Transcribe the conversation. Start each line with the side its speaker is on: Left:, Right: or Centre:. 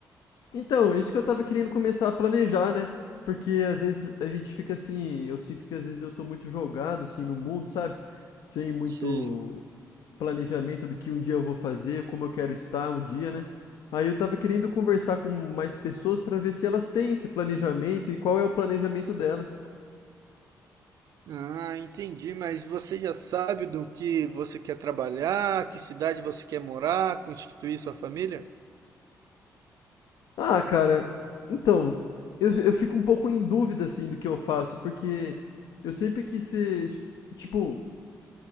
Left: Então, é isso que eu tava querendo começar a planejar, né? Porque às vezes a gente fica assim, eu sinto que às vezes eu tô muito jogado assim no mundo, sabe? Sem muito
Right: Sim.
Left: planejamento do que um dia eu vou fazer, como eu quero estar um dia, né? Aí eu tava querendo conversar com mais pessoas pra ver se elas têm esse planejamento e qual é o planejamento delas.
Right: Ah, entendi. Mas você já sabe do que você quer trabalhar, que cidade você quer morar, constituir sua família?
Left: Ah, cara, então, eu, eu fico um pouco em dúvida assim do que eu faço, porque eu sempre quis ser, tipo,